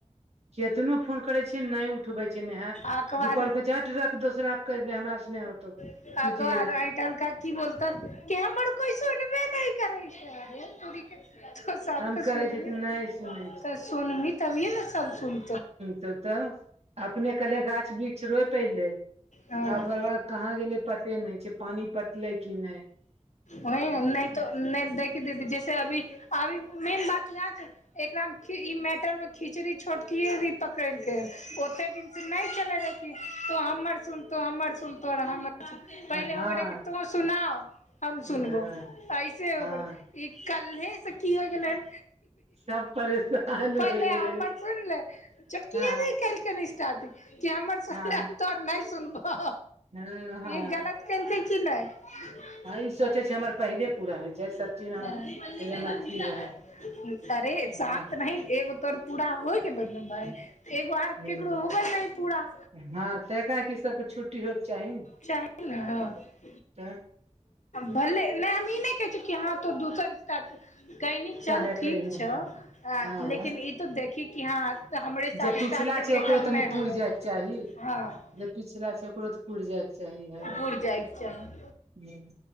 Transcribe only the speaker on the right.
केतनो फोन करै छिय नहि उठबै छै, नहा
दुपहर को झठ रख दोसरा कहि दे हमरास नहि होतौ।
सुति
गेलै
हम करै
छी तऽ नहि सुनै
तो तऽ अपने कनी गाछ वृक्ष रोप लैतै,
आ ओकर बाद। कहाँ गेलै पते नहि छै, पानि पटले कि नहि?
हँ
हँ
हँ
हँ
सब परेशान
होइ गेलै
हँ
हँ
हँ हँ
हँ ई सोचै छै हमर पहिले पूरा होइ जाय सब चीज हमर
एकदम
अथी रहै
हँ
ह
हँ, कियाकी सबके छुट्टी होयके चाही, ने
तऽ
काहे
कयली
हँ हँ
जे पिछला
छै ओकरो
तनि
पुरि
जायके चाही
जे पिछला छै ओकरो तऽ पुर जायके चाही ने,
हँ।